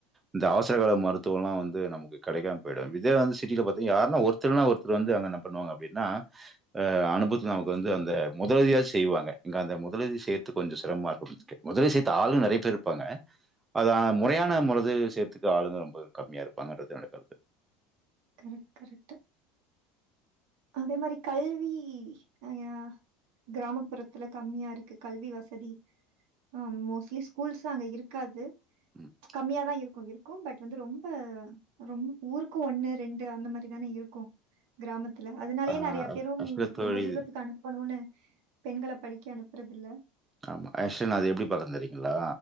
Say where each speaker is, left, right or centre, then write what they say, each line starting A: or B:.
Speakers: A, on the right (about 20°); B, on the right (about 75°).
A: இந்த அவசரகஅவசரகால மருத்துவோலா வந்து நமக்கு கெடைக்காம போயிடு இதே வந்து சிட்டில பாத்தீங்கனா யாருன்னா ஒருத்தர்னா ஒருத்தர் வந்து அங்க என்ன பண்ணுவாங்க அப்படின்னா ஆ அனுபவத்துல நமக்கு வந்து அந்த முதலியாவது செய்வாங்க இங்க அந்த முதல சேர்த்துக்கு கொஞ்ச சிரமமா இருக்கு முதல சேர்த்து ஆளு நெறையா பேர் இருப்பாங்க அத முறையான முதலுதவ் சேர்த்துக்கு ஆளுங்க ரொம்ப கம்மியா இருப்பாங்கன்றது என்னுடைய கருத்து
B: கரெக்ட் கரெக்ட்டு அதே மாரி கல்வி அ யா கிராமப்புறத்துல கம்மியா இருக்கு கல்வி வசதி ஆ மோஸ்ட்லி ஸ்கூல்ஸு அங்க இருக்காது
A: ம்.
B: கம்மியாதா இருக் ஆ இருக்கு பட் வந்து ரொம்ப ரொ ஊருக்கு ஒண்ணு ரெண்டு அந்த மாரி தானே இருக்கு துல அதனாலயே
A: ஆ.
B: நிறையா பேரு
A: இல்ல தோழி
B: ரொம்ப தூரத்துக்கு அனுப்பணுனு பெண்கள படிக் கெ அனுப்புறதில்ல
A: ஆமா ஆஷ நா அது எப்டி பாக்குறே தெரியீங்களா